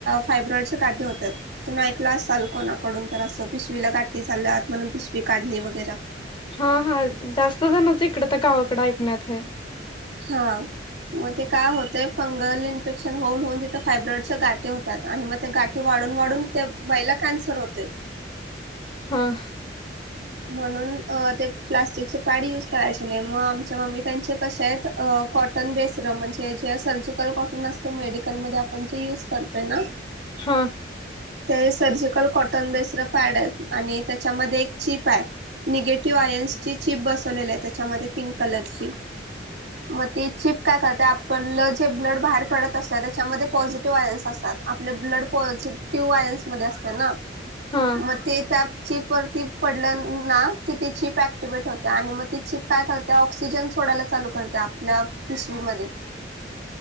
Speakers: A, on the right (about 80°); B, on the left (about 30°).
A: फायब्रॉइडच्या गाठी होत्यात तुम्ही ऐकला असाल कोणाकडून तर असं पिश पिवी ला गाठी झाल्यात म्हणून पिशवी काढली वगैरे
B: हा हा जास्त जणाच इकडं तर गावाकडं ऐकण्यात आहे.
A: हा मग ते काय होतय फंगल इन्फेक्शन होऊन होऊन तिथं फायब्रॉडच्या गाठी होत्यात आणि मग ते गाठी वाढ वाढून वाढून त्या बाईला कॅन्सर होतय
B: हां
A: म्हणून ते प्लास्टिकचे पॅड युज करायचे नाही म आमच्या मम्मीतेनचे कशे हायत अ कॉटन बेस्ड म्हणजे जे सर्जिकल कॉटन असतयं मेडिकल मध्ये आपण जे युज करतोय ना
B: हा
A: ते सर्जिकल कॉटन बेस्ड पॅड आहेत आणि त्याच्यामध्ये चिप आहे निगेटिव्ह आयन्स ची चिप बसवलेली आहे, त्याच्यामध्ये पिंक कलरची मग ती चीप काय करते आपलं जे ब्लड बाहेर पडत असतय त्याच्यामध्ये पॉझिटिव्ह आयनस् असतात आपले ब्लड पॉझिटिव्ह आयन्स मध्ये असतय ना.
B: हा
A: मग ते त्या चीप वरती पडलं ना की ती चीप ऍक्टिवेट होत्या आणि मग ती चीप काय करत्या ऑक्सिजन सोडायला चालू करत्या आपल्या पिशवीमध्ये